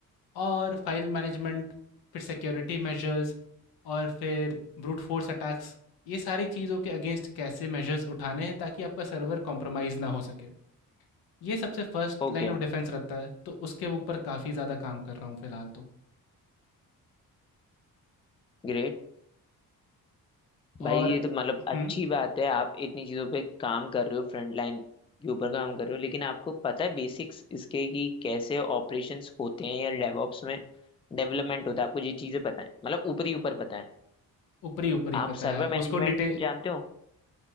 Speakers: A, on the left (about 85°); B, on the left (about 15°).
A: और फाइल मैनेजमेंट फिर सिक्योरिटी मेजर्स और फिर ब्रूट फोर्स अटैक्स ये सारी चीज़ों के अगेंस्ट कैसे मेजर्स उठाने हैं ताकि आपका सर्वर कॉम्प्रोमाइज़ ना हो सके ये सबसे फर्स्ट
B: Okay
A: लाइन ऑफ डिफेंस रहता है तो उसके ऊपर काफ़ी ज़्यादा काम कर रहा हूँ फ़िलहाल तो
B: great. भाई
A: और
B: ये तो मतलब
A: हम्म
B: अच्छी बात है आप इतनी चीजों पे काम कर रहे हो फ्रंट लाइन के ऊपर काम कर रहे हो लेकिन आपको पता है बेसिक्स इसके कि कैसे ऑपरेशंस होते हैं या डेवऑप्स में डेवलपमेंट होता है आपको ये चीजें पता है मतलब ऊपर ही ऊपर पता है
A: ऊपरी ऊपरी
B: आप
A: पता
B: सर्वर
A: है
B: मैनेजमेंट
A: उसको डिटेल
B: जानते हो